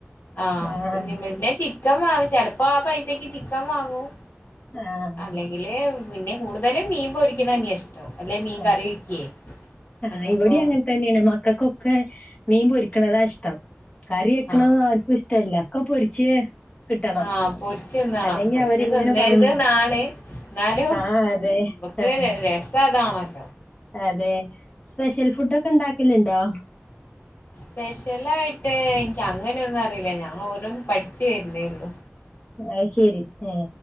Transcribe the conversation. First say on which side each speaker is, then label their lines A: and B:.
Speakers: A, on the left; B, on the left.
A: ആ
B: ആഹ്
A: പിന്നെ ചിക്കൻ വങ്ങും ചെിലപ്പോ ആ പൈസ പൈസക്ക് ചിക്കൻ വാങ്ങും
B: ആഹ്
A: അല്ലെങ്കില് പിന്നെ കൂടുതലും മീൻ പൊരിക്കണ തന്നെയാ ഇഷ്ടം അല്ലെ മീൻ
B: ആ
A: കറി വെക്കേ
B: ആ
A: അന്നപ്പോ
B: ഇവിടെ അങ്ങനെ തന്നെയാണ് മക്കൾക്കൊക്കെ മീൻ പൊരിക്കണതാ ഇഷ്ടം കറി വെക്കണത്
A: ആഹ്
B: ആർക്കും ഇഷ്ടമല്ല ഒക്കെ പൊരിച്ച് കിട്ടണം
A: ആ പൊരിച്ച് തിന്നണം
B: അല്ലെങ്കി
A: പൊരിച്ച്
B: അവരിങ്ങനെ
A: തിന്നരുത്
B: പറഞ്ഞു
A: നാണ് എന്നാലും
B: ആഹ്
A: നമുക്ക്
B: അതെ ആഹ്
A: രസം അതാണോല്ലോ
B: അതെ സ്പെഷ്യൽ ഫുഡ് ഒക്കെ ഉണ്ടാക്കലുണ്ടോ
A: സ്പെഷ്യല ആയിട്ട് എനിക്ക് അങ്ങനെയൊന്നും അറിയില്ല ഞാൻ ഓരോന്നും പഠിച്ചു വരുന്നേള്ളു
B: അ ശരി ആ